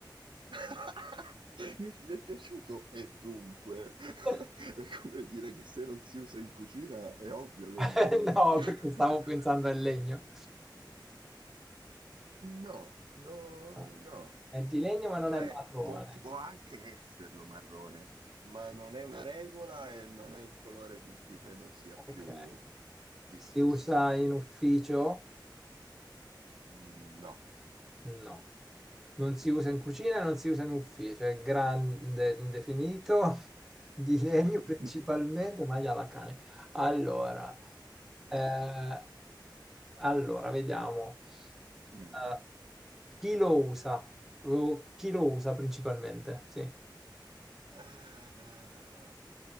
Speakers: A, on the right; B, in the centre.
A: <laughs> Mi mi è piaciuto e dunque <laughs> è
B: <laughs>
A: come dire che se non si usa in cucina è ovvio che
B: <laughs>
A: è marrone.
B: Eh, No,
A: <laughs>
B: perché stavo pensando al legno.
A: No, no,
B: Ah,
A: no.
B: È di legno ma non
A: Cioè,
B: è marrone.
A: può, può anche esserlo marrone, ma non è una regola e non è il colore con cui credo sia
B: Ok.
A: più diffuso.
B: Si usa in ufficio?
A: Mm, No.
B: No. Non si usa in cucina, non si usa in ufficio. È grande, indefinito, <laughs> di legno
A: <laughs>
B: principalmente, ma la cane. Allora, eh, allora, vediamo.
A: Mm.
B: Eh, chi lo usa? Lo- chi lo usa principalmente? Sì.
A: Ah,